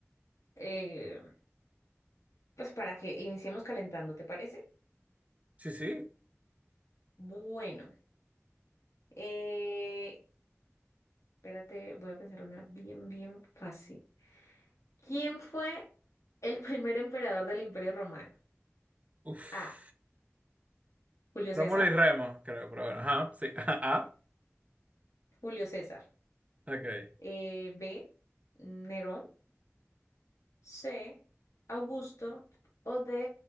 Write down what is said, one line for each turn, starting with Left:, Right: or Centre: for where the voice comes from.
Left: eh, pues para que iniciemos calentando, ¿te parece?
Right: Sí, sí.
Left: Bueno, eh, espérate, voy a pensar una bien, bien fácil. ¿Quién fue el primer emperador del Imperio Romano?
Right: Uf.
Left: A. Julio
Right: Rómulo
Left: César.
Right: y Remo, creo, pero bueno, ajá, sí, <laughs> ajá,
Left: Julio César.
Right: ok.
Left: Eh, B. Nerón. C, Augusto o D,